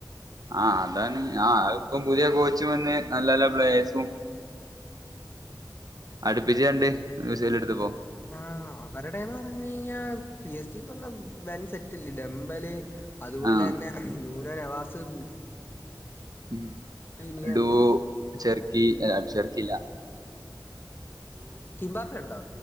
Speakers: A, on the right; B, on the left.
A: ആഹ് അതാണ് ആഹ് ഇപ്പം പുതിയ കോച്ചും വന്ന് നല്ല നല്ല പ്ലേയേഴ്സും അടുപ്പിച്ച് രണ്ട് <unintelligible> എടുത്ത് പോ
B: ആഹ് അവരുടെന്ന് പറഞ്ഞ് കഴിഞ്ഞാ പി എസ് ഡിന്ന് പറഞ്ഞ വൻ സെറ്റല്ലെ ഡംമ്പല് അതുപോലെ
A: ആഹ്
B: തന്നെ <unintelligible> നവാസ്
A: ഉം
B: ലാമിനിയ
A: ഡു ചെറുക്കി ചെറുക്കിയില്ല
B: കിംമ്പാപ്പ ഉണ്ടോ